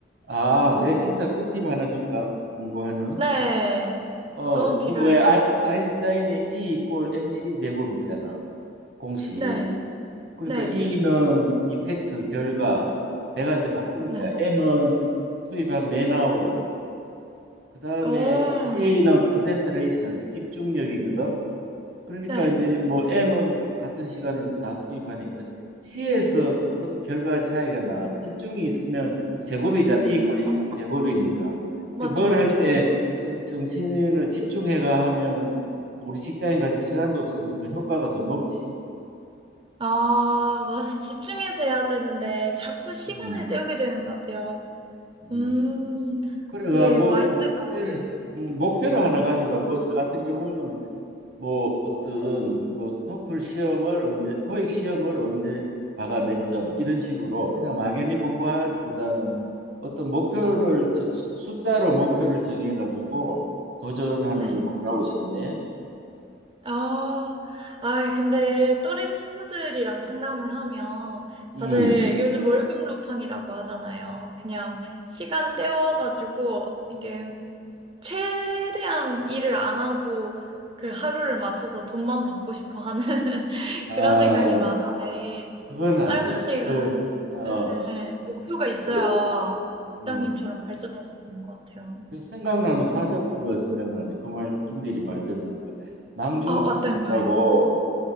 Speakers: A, on the right (about 80°); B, on the right (about 30°).
A: 아, 내 진짜 꿀팁 하나 줄까? 공부하는
B: 네.
A: 어,
B: 너무 필요해요.
A: 그 뭐야 아, 아인슈타인의 E 이퀄 MC 제곱 있잖아. 공식.
B: 네.
A: 그러니까
B: 네.
A: E는 이펙트, 결과. 내가 이제 바꾼
B: 네.
A: 거야. M은 투입한 맨아워. 그 다음에
B: 오,
A: C는 컨센트레이션, 집중력이거든. 그러니까
B: 네.
A: 이제 뭐 M은 같은 시간을 다 투입하니까 C에서 큰 결과 차이가 나. 집중이 있으면 그 제곱이잖아.
B: 음,
A: E 이퀄 MC 제곱이니까.
B: 맞죠,
A: 그러니까 뭘
B: 맞죠.
A: 할 때 좀 정신을 집중해가 하면 우리 직장인 같이 시간도 없으니까 효과가 더 높지.
B: 아, 와, 집중해서 해야 되는데 자꾸 시간을
A: 음,
B: 때우게 되는 것 같아요.
A: 음.
B: 음,
A: 그래가
B: 이게
A: 뭐
B: 마인드가,
A: 근데 음, 목표를 하나 가져봐. 뭐 나 같은 경우는 뭐 어떤 뭐 토플 시험을 언제 토익 시험을 언제 봐가 몇 점 이런 식으로 그냥 막연히 공부하기보다는 어떤 목표를 저- 숫자로 목표를 정해 가지고 도전하는
B: 네.
A: 걸 권하고 싶네.
B: 아, 아, 근데 또래 친구들이랑 상담을 하면
A: 음.
B: 다들 요즘 월급 루팡이라고 하잖아요. 그냥 시간 때워가지고 이게 최대한 일을 안 하고 그 하루를 맞춰서 돈만 받고 싶어 하는 <laughs>
A: 아,
B: 그런 생각이 많은데
A: 그건 안
B: 짧은
A: 돼.
B: 시간에
A: 그, 어,
B: 네, 목표가 있어야
A: 그, 음.
B: 부장님처럼 발전할 수 있는 것 같아요.
A: 그 생각나는 사자성어가
B: 음.
A: 생각나네. 그 말, 김대리 말 들으니까. 낭중지추라고
B: 아, 어떤 거예요?